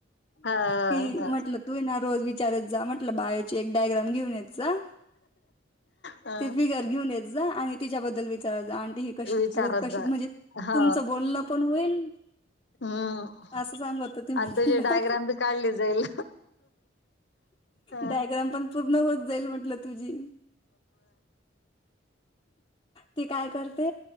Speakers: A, on the left (about 60°); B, on the left (about 20°).
A: हा
B: कि
A: हा
B: म्हटलं तू ना रोज विचारत जा म्हटलं बाहेचे एक डायग्राम घेऊन येत. झ
A: हा
B: ते फी गर् घ होन <inaudible> जा आणि तिच्याबद्दल विचारा, 'ऑंटी ही कशी
A: विचारत
B: काढू? ' कशी
A: जा
B: म्हणजे
A: हा
B: तुमचं बोलणं पण होईल.
A: हम्म
B: असं सांगत होते मी
A: आणि तुझी
B: तिला.
A: डायग्राम बी काढली जाईल. हम्म
B: डायग्राम पण पूर्ण होत जाईल म्हटलं तुझी. ते काय कर ते